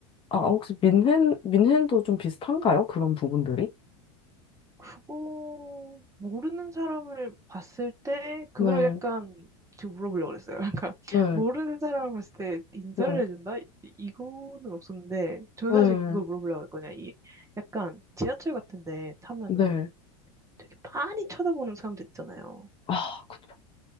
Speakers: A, on the left; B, on the right.
A: 아, 아, 혹시 민hen, 민헨도 좀 비슷한가요? 그런 부분들이?
B: 그거, 모르는 사람을 봤을 때, 그걸
A: 네,
B: 약간, 지금 물어보려고 그랬어요. <laughs> 약간,
A: 네,
B: 모르는 사람을 봤을 때 인사를
A: 네,
B: 해준다? 이- 이거는 없었는데, 저는
A: 네,
B: 사실 그걸 물어보려고 했거든요. 이, 약간, 지하철 같은데 타면은
A: 네.
B: 되게 빤히 쳐다보는 사람들 있잖아요.
A: 아, 그쵸.